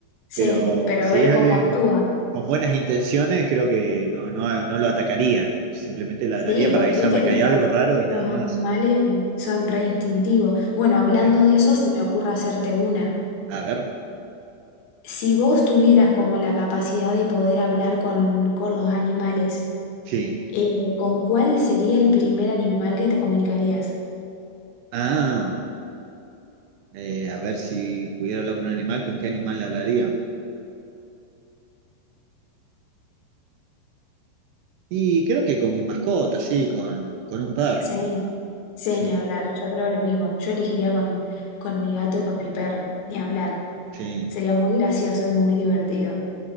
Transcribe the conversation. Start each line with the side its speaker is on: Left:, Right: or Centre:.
Left: sí,
Right: pero
Left: pero
Right: si
Left: a ver
Right: es
Left: cómo
Right: alguien
Left: actúa.
Right: con buenas intenciones, creo que no, no, no lo atacaría. Simplemente ladraría
Left: Sí,
Right: para
Left: porque
Right: avisarme
Left: viste que
Right: que hay algo
Left: lo-
Right: raro y
Left: los
Right: nada
Left: animales
Right: más.
Left: son re instintivos. Bueno, hablando
Right: Sí.
Left: de eso, se me ocurre hacerte una.
Right: A ver.
Left: Si vos tuvieras como la capacidad de poder hablar con, con los animales,
Right: Sí.
Left: eh, ¿con cuál sería el primer animal que te comunicarías?
Right: Ah. eh, a ver si pudiera hablar con un animal, ¿con qué animal le hablaría? Y creo que con mi mascota, sí, con, con un perro,
Left: Sí, sí,
Right: sí,
Left: ni hablar. Yo creo lo mismo. Yo elegiría con, con mi gato y con mi perro. Ni hablar.
Right: sí.
Left: Sería muy gracioso y muy divertido.